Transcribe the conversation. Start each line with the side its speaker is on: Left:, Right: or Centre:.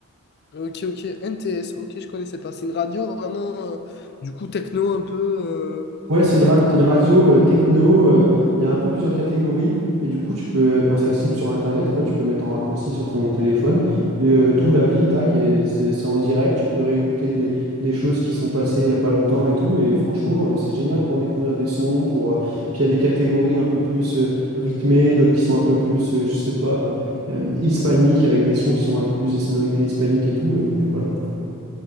Left: ok, ok. NTS, ok, je connaissais pas. C'est une radio vraiment, euh, du coup, techno un peu. euh,
Right: Ouais, c'est une,
Left: tec-
Right: ra- c'est une radio euh, techno, euh, il y a un peu plusieurs catégories, et du coup, tu peux, enfin, c'est accessible sur Internet, quoi, tu peux mettre en raccourci sur ton téléphone, et euh, tout l'appli, tac, et c'est c'est en direct, tu peux réécouter des, des choses qui sont passées il y a pas longtemps et tout, et franchement, euh, c'est génial pour découvrir des sons, pour, euh, puis il y a des catégories un peu plus euh, rythmées, d'autres qui sont un peu plus, euh, je sais pas, euh, euh, hispaniques, avec des sons qui sont un peu plus des sonorités hispaniques et tout, et donc euh, voilà, quoi.